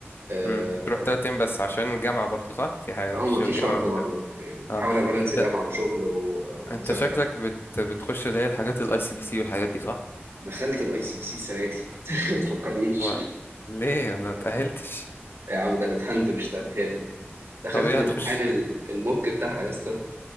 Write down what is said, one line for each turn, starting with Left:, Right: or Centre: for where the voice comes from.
Right: اه
Left: امم تروح تلات ايام بس عشان الجامعة برضه صح في حاجة
Right: آه،
Left: في
Right: مفيش
Left: الجامعة
Right: وقت
Left: ولا-
Right: برضه يعني بحاول
Left: اه
Right: أبالانس
Left: انت
Right: جامعة وشغل و- ومذاكرة
Left: انت شكلك بت... بتخش اللي هي الحاجات الاي سي بي سي والحاجات دي صح
Right: دخلت الاي سي بي سي السنة دي <laughs> ما تفكرنيش
Left: و... ليه ما تأهلتش
Right: يا عم ده أنا اتهنت مش تتهل دخلت
Left: طب ايه
Right: الامتحان
Left: هتخش
Right: ال- الموك بتاعها يا اسطى